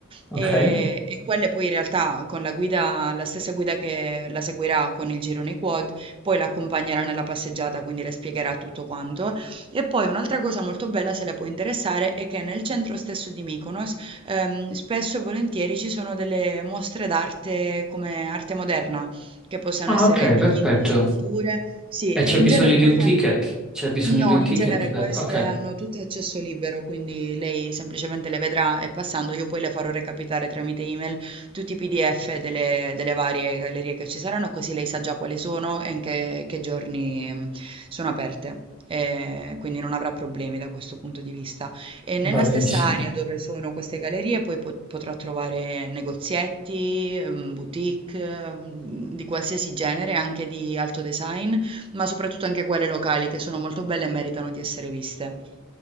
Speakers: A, in the centre; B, on the right.
A: ok?
B: Ehm, e quelle poi in realtà con la guida la stessa guida che la seguirà con il girone quad poi la accompagnerà nella passeggiata, quindi le spiegherà tutto quanto. E poi un'altra cosa molto bella, se le può interessare, è che nel centro stesso di Mykonos ehm, spesso e volentieri ci sono delle mostre d'arte come arte moderna, che possono
A: Ah,
B: essere
A: ok,
B: dipinti,
A: perfetto.
B: sculture, sì,
A: E
B: e
A: c'è
B: in
A: bisogno
B: genere
A: di
B: queste...
A: un ticket? C'è bisogno
B: No,
A: di un
B: in
A: ticket
B: genere
A: per...
B: queste
A: Ok,
B: hanno tutte accesso libero, quindi lei semplicemente le vedrà e passando io poi le farò recapitare tramite email tutti i PDF delle, delle varie gallerie che ci saranno, così lei sa già quali sono e in che, che giorni mh, sono aperte. E quindi non avrà problemi da questo punto di vista. E
A: va
B: nella
A: benissimo.
B: stessa area dove sono queste gallerie, poi po- potrà trovare negozietti, mh, boutique, mh, di qualsiasi genere, anche di alto design ma soprattutto anche quelle locali che sono molto belle e meritano di essere viste.